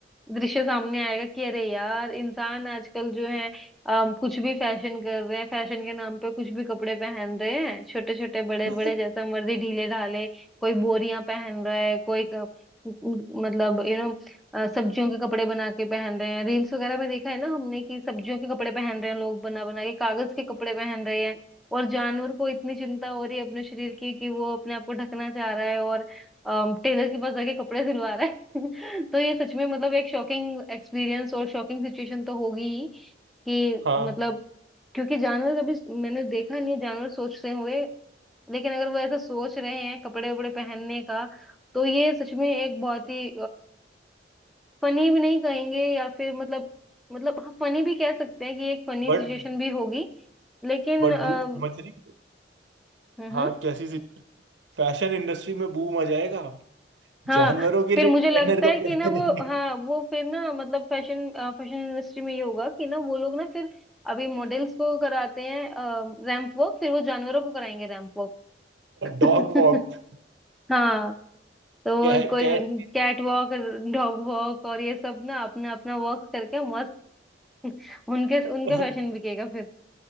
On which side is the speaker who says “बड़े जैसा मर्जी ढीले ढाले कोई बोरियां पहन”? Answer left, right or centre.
Centre